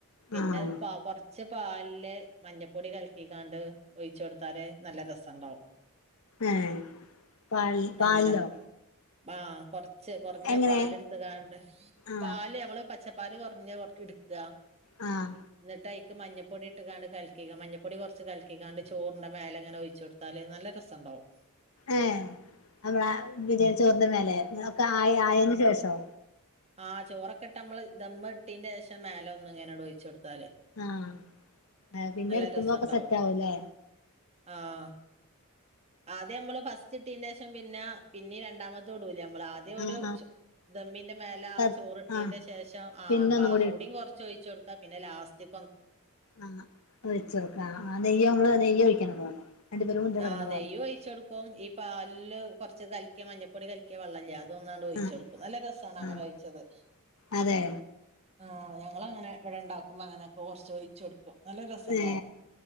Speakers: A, on the right (about 30°); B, on the left (about 70°).
A: പിന്നെ
B: ആഹ്
A: കുറച്ച് പാലില് മഞ്ഞൾപ്പൊടി കലക്കിക്കാണ്ട് ഒഴിച്ചുടുത്ത് എത്താ നല്ല രസുണ്ടാവും
B: ഏഹ് പാൽ പാലിലോ
A: അങ്ങനെ ആഹ് കൊറച്ച് കുറഞ്ഞ
B: എങ്ങനെ
A: പാല് എടുത്തുകണ്ട്
B: ആഹ്
A: പാല് ഞമ്മള് പച്ച പാല് പ്പ്ൽ കുറഞ്ഞ എടുക്ക
B: ആഹ്
A: എന്നിട്ട് ആയ് മഞ്ഞപ്പൊടി ഇട്ടുകണ്ട് കലക്കേ മഞ്ഞപ്പൊടി കുറച്ച് കലക്കേ ചോറിന്റെ മേലെങ്ങനെ ഒഴിച്ചു കൊടുത്താല് നല്ല രസമുണ്ടാവും
B: ഏ നമ്മള ബിരിയാണി ചോറിന്റെ മേലെ ഒക്കെ ആയി ആയതിന് ശേഷം
A: ആഹ ചോറൊക്കെ ഇട്ട് നമ്മള് ദമ്മട്ടീന്റെ ശേഷം മേല ഒന്ന് അങ്ങനെട് ഒഴിച്ച കൊടുത്താല്
B: ആഹ് പിന്നെ
A: നല്ല
B: എടുക്കുമ്പോക്കെ
A: രസുണ്ടാവും
B: സെറ്റ് ആവൂല്ലേ
A: ആഹ് ആദ്യം നമ്മള് ഫസ്റ്റ് കിട്ടീന്റെ ശേഷം പിന്നെ പിന്നീ രണ്ടാമത്ത ഇടൂലേ നമ്മൾ ആദ്യം ഒരു
B: ആഹ്
A: ദമ്മിന്റെ മേലെ
B: ആഹ്
A: ആ ചോറി ഇട്ടീന്റെ
B: ആഹ്
A: ശേഷം ആ്
B: പിന്നെ
A: അപ്പ
B: ഒന്നും
A: അവിടയും കുറച്ച് ഒഴിച്ചു കൊടുക്ക പിന്നെ ലാസ്റ്റ്
B: ആ വെച്ച കൊടുക്ക ആ നെയ്യോ നമ്മള് നെയ്യോ ഒഴിക്കണ മുമ്പോ അണ്ടിപ്പരിപ്പും മുന്തിരിങ്ങും
A: ആ
B: <unintelligible>
A: നെയ്യ് കഴിച്ചോടുപ്പം ഈ പാലില് കുറച്ച് കലിക്ക മഞ്ഞൾപ്പൊടി കലിക്കിയ വെള്ളംഇല്ലേ അതൊന്നാണ്ട് ഒഴിച്ച
B: ആഹ്
A: കൊടുക്കും നല്ല രസമാണ് അങ്ങനെ
B: ആഹ്
A: ഒഴിച്ചത്
B: അതെ
A: ആഹ ഞങ്ങള്‍ അങ്ങനെ ഇവിടെ ഉണ്ടാക്കുമ്പോ അങ്ങനെ കൊറച്ച് ഒഴിച്ചു കൊടുക്കും നല്ല രസണ്ടാവും
B: ഏ